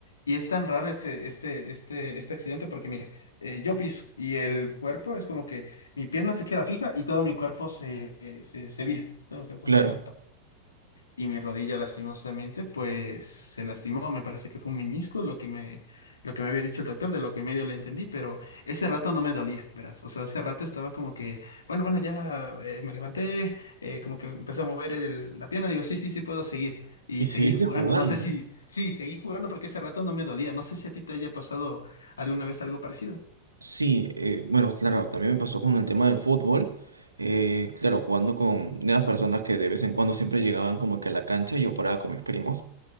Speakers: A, on the left; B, on the right.
A: Y es tan raro este, este, este, este accidente porque mira, eh, yo piso y el cuerpo es como que mi pierna se queda fija y todo mi cuerpo se, se, se vira, todo mi cuerpo
B: Claro,
A: se gira y mi rodilla lastimosamente pues se lastimó, me parece que fue un meñisco lo que me, lo que me había dicho el doctor, de lo que medio le entendí, pero ese rato no me dolía, verás, o sea, ese rato estaba como que, bueno, bueno, ya eh, me levanté, eh, como que empecé a mover el- la pierna, digo, sí, sí, sí, puedo seguir, y
B: y seguirse
A: seguí jugando,
B: jugando.
A: no sé si, sí, seguí jugando porque ese rato no me dolía, no sé si a ti te haya pasado alguna vez algo parecido?
B: Sí, eh, bueno, claro, también me pasó con el tema del fútbol. eh, claro, jugando con nuevas personas que de vez en cuando siempre llegaban como que a la cancha y yo paraba con mis primos.